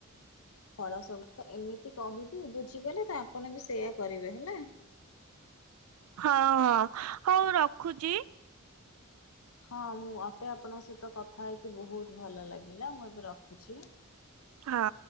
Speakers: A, on the left; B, on the right.
A: ଫଳ ସବୁ ତ ଏମିତି କହିବି ବୁଝିଗଲେ ତ ଆପଣ ବି ସେୟା କରିବେ ହେଲା।
B: ହଁ ହଁ ହଉ ରଖୁଛି।
A: ହଁ ମୁଁ ମତେ ଆପଣଙ୍କ ସହିତ କଥା ହେଇକି ବହୁତ ଭଲ ଲାଗିଲା ମୁଁ ଏବେ ରଖୁଛି।
B: ହଁ।